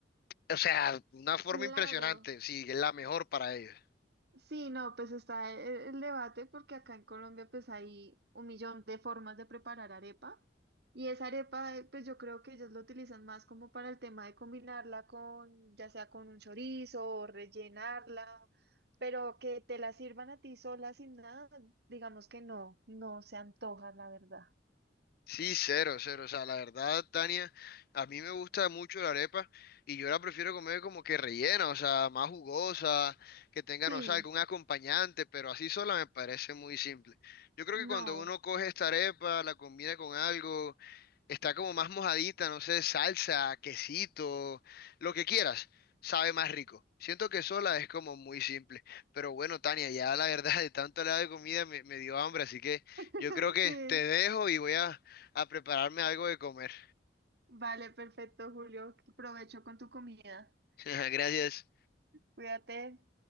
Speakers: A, on the left (about 55°); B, on the right (about 60°).
A: o sea, una forma
B: Claro.
A: impresionante, sí, es la mejor para ellos.
B: Sí, no, pues está el, el debate porque acá en Colombia pues hay un millón de formas de preparar arepa y esa arepa eh, pues yo creo que ellos lo utilizan más como para el tema de combinarla con ya sea con un chorizo o rellenarla, pero que te la sirvan a ti sola sin nada, digamos que no, no se antoja la verdad.
A: Sí, cero, cero. O sea, la verdad, Tania, a mí me gusta mucho la arepa y yo la prefiero comer como que rellena, o sea, más jugosa, que tenga,
B: Sí,
A: no sé, algún acompañante, pero así sola me parece muy simple. Yo creo
B: no,
A: que cuando uno coge esta arepa, la combina con algo, está como más mojadita, no sé, salsa, quesito, lo que quieras, sabe más rico. Siento que sola es como muy simple. Pero bueno, Tania, ya la verdad, de tanto hablar de comida me, me dio hambre, así que...
B: <laughs>
A: Yo creo que
B: sí,
A: te dejo y voy a a prepararme algo de comer.
B: vale, perfecto Julio, provecho con tu comida,
A: <laughs> Gracias.
B: cuídate.